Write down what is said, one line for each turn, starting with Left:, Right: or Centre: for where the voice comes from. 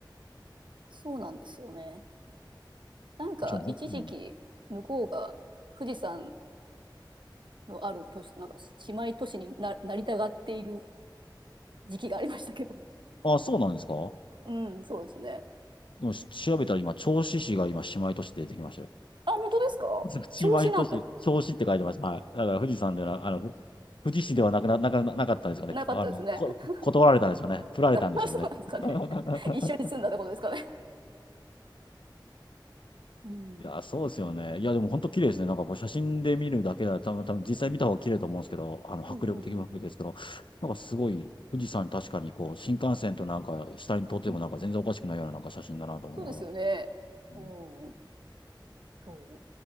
Right: そうなんですよね。なんか一時期向こうが富士山
Left: じゃあ、うん、
Right: のある都市、なんか姉妹都市にな、なりたがっている時期がありましたけど。
Left: あ、そうなんですか
Right: <laughs> うん、そうですね。
Left: でもし調べたら今、銚子市が今、姉妹都市で出てきましたよ。
Right: あ、本当ですか調子なんだ。
Left: 藤島仁し、表子って書いてました。はい。だから富士山では、あの、ふ富士市ではなくな、なかなかったんですよね。
Right: なかったですね。
Left: あの、こ、
Right: <laughs>
Left: 断られたんでしょうね。振られたんでしょうね。
Right: あ、そうなんですかね。
Left: <laughs>
Right: <laughs> 一緒に住んだってことですかね。うん。
Left: いや、そうですよね。いや、でも本当綺麗ですね。なんかこう写真で見るだけだと多分、多分実際見た方が綺麗だと思うんですけど、あの、
Right: うんうんうんうん。
Left: 迫力的も含めてですけど、なんかすごい、富士山確かにこう、新幹線となんか下に撮ってもなんか全然おかしくないようななんか写真だなと思いながら。
Right: うん。そうですよね。
Left: うん
Right: うん。そ